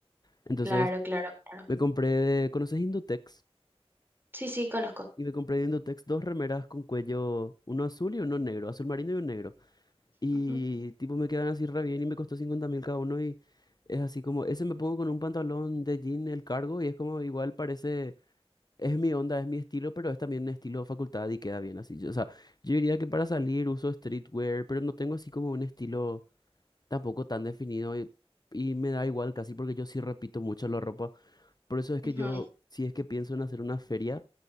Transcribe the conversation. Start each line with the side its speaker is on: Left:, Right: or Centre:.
Left: Entonces...
Right: Claro, claro, claro.
Left: Me compré, ¿conoces Indutex?
Right: Sí, sí, conozco.
Left: Y me compré de Indutex dos remeras con cuello, uno azul y uno negro, azul marino y un negro. Y
Right: Ujú,
Left: tipo me quedan así re bien y me costó 50 mil cada uno y es así como, ese me pongo con un pantalón de jean el cargo y es como igual parece, es mi onda, es mi estilo, pero es también estilo facultad y queda bien así. Yo- o sea, yo diría que para salir uso streetwear, pero no tengo así como un estilo tampoco tan definido y, y me da igual casi porque yo sí repito mucho la ropa. Por eso es que
Right: ujú.
Left: yo, si es que pienso en hacer una feria,